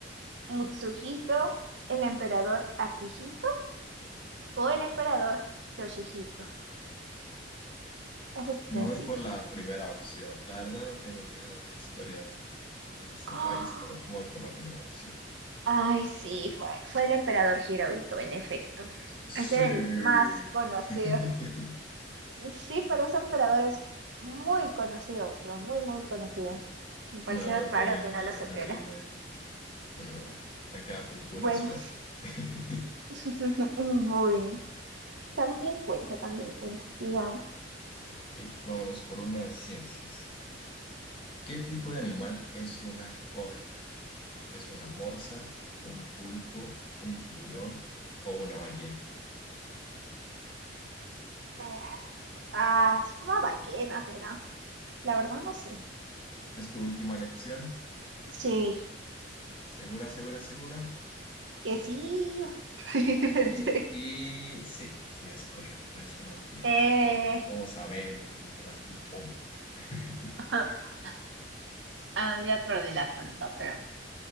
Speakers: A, on the right; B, on the left.
A: Mutsuhito? ¿El emperador Akihito? ¿O el emperador Yoshihito? Esa es
B: Me
A: sencilla.
B: voy por la primera opción. La verdad no tengo ni idea de historia de, de ese
A: ¡Ah!
B: país, pero me voy por la primera opción.
A: Ay, sí, fue, fue el emperador Hirohito, en efecto.
B: Sí.
A: Es el más conocido.
B: <laughs>
A: Sí, pero ese emperador es muy conocido, pero muy, muy conocido. Me pareció
B: No, no tenía
A: raro que
B: ni
A: no
B: la
A: lo
B: menor
A: supieras.
B: idea. No, acá fue pura
A: Bueno,
B: suerte. <laughs>
A: <laughs> muy. También cuenta, también cuenta, digamos.
B: Ok, vámonos por una de ciencias. ¿Qué tipo de animal
A: Mm,
B: es una orca? ¿Es una morsa, un pulpo, un tiburón o una ballena?
A: eh, ah, es una ballena será. La verdad no sé.
B: ¿Es tu última lección?
A: Sí,
B: ¿Segura, segura, segura?
A: que sí. <laughs>
B: Ok,
A: Pensé.
B: y sí, sí es correcto, es una ballena.
A: Eh,
B: Lastimosamente, ganaste un punto. <laughs>
A: <laughs> Ah, ya perdí la cuenta, pero.